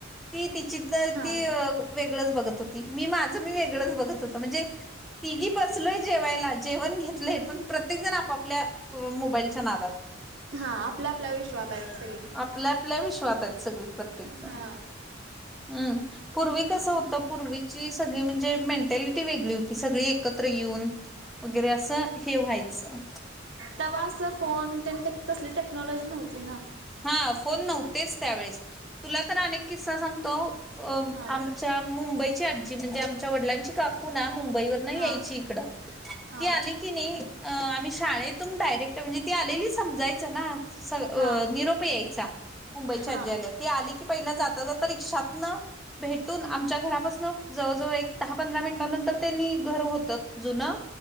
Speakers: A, in the centre; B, on the right.
A: ती ती चित
B: हा
A: ती वेगळंच बघत होती मी माझं मी वेगळंच बघत होतो म्हणजे तिघी बसलोय जेवायला जेवण घेतलंय पण प्रत्येक जण आपापल्या ओ मोबाईलच्या नादात
B: हा आपल्या आपल्या विश्वातायच सगळी.
A: आपल्या आपल्या विश्वात आहेत सगळी प्रत्येक जण
B: हा
A: हम्म. पूर्वी कसं होतं पूर्वीची सगळी म्हणजे मेंटॅलिटी वेगळी होती सगळी एकत्र येऊन वगैरे असं हे व्हायचं.
B: तवा असं फोन तेन तसली टेक्नॉलॉजी नव्हती ना.
A: हा फोन नव्हतेच त्यावेेळेस तुला तर अनेक किस्सा सांगतो अ
B: हा
A: आमच्या मुंबईची आजी म्हणजे आमच्या वडिलांची काकू ना मुंबईवरण यायची
B: हा
A: इकड
B: हा
A: ती आली की नी अ आम्ही शाळेतून डायरेक्ट म्हणजे ती आलेली समजायच ना सग अ
B: हा
A: निरोप यायचा. मुंबईचे
B: हा
A: आज्या आलेय ती आली की पहिला जाता जाता रिक्षातनं भेटून आमच्या घरापासनं जवळजवळ एक दहा पंधरा मिनिटानंतर त्यांनी घर होतं जुनं